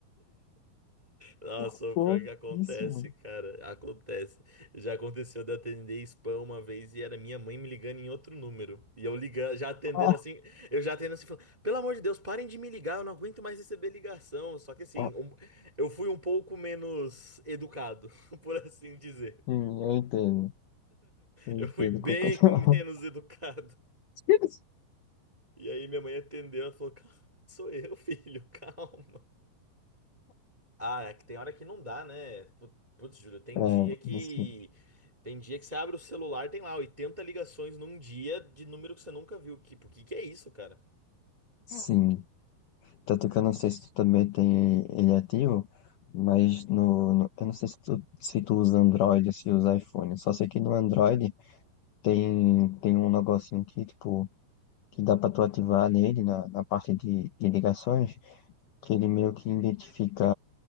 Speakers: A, on the left (about 75°); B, on the right (about 15°).
A: <laughs>
B: Nossa,
A: por
B: o
A: pouco.
B: pior que acontece,
A: Isso,
B: cara. Acontece. Já aconteceu de eu atender spam uma vez e era minha mãe me ligando em outro número. E eu ligando, já atendendo
A: Ah,
B: assim, eu já atendendo assim, falando, pelo amor de Deus, parem de me ligar, eu não aguento mais receber ligação. Só que assim,
A: ah,
B: um- eu fui um pouco menos educado, <laughs> por assim dizer.
A: Sim, eu entendo. Eu entendo
B: Eu fui bem
A: completamente.
B: <laughs> menos educado.
A: <laughs>
B: E aí minha mãe atendeu, ela falou, "Calma, sou eu, filho, <laughs> calma. Ah, é que tem hora que não dá, né? Pu- Putz, Júlio, tem
A: É,
B: dia que.
A: assim,
B: Tem dia que você abre o celular, tem lá 80 ligações num dia de número que você nunca viu. Que, o que que é isso, cara?
A: sim. Tanto que eu não sei se tu também tem ele ativo, mas no, no- eu não sei se tu, se tu usa Android ou se usa iPhone. Só sei que no Android tem, tem um negocinho que, tipo, que dá pra tu ativar nele na, na parte de, de ligações, que ele meio que identifica